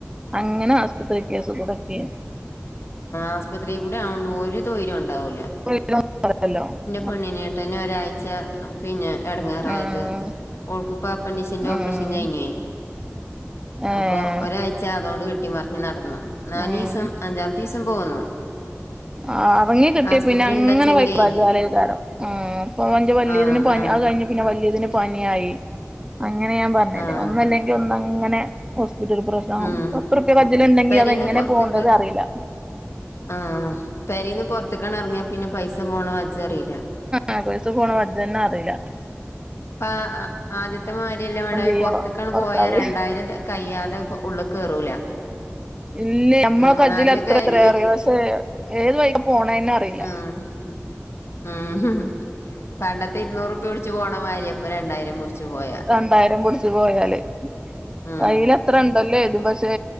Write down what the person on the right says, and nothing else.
അങ്ങനെ ആസ്പത്രി കേസ് കുടുക്കി
<unintelligible>
ആഹ്
ആഹ്
ഏഹ്
ഉം
ആ അർങ്ങി കിട്ടിയ
പിന്നെങ്
അങ്ങനെ വൈക്ക ആചാരെക്കാരം ഉം ഇപ്പം ഓന്റെ വല്യതിന്
പനി
അത് കഴിഞ്ഞ് പിന്നെ വല്യതിന് പനിയായി അങ്ങനെ ഞാൻ പർഞ്ഞല്ലേ
ഒന്നല്ലെങ്കി ഒന്നഅങ്ങനെ ഹോസ്പിറ്റൽ പ്ര ആഹ്
പത്തുർപ്യ കജ്ജില് ഇണ്ടെങ്കി
അതെങ്ങനെ
പോണ്ടത് അറീല
ആ പൈസ പോണ വജ്ജന്നെ അറീല
ചെയ്യാ
ഭർത്താവ്
ഇല്ലയ് നമ്മള
കജ്ജില്
<unintelligible>
ഏത് വൈക്കാ പോണന്നെ അറീല
രണ്ടായിരം പുട്ച്ച് പോയാല്
കയ്യില് അത്ര ഉണ്ടല്ലോ കര്തും പക്ഷേ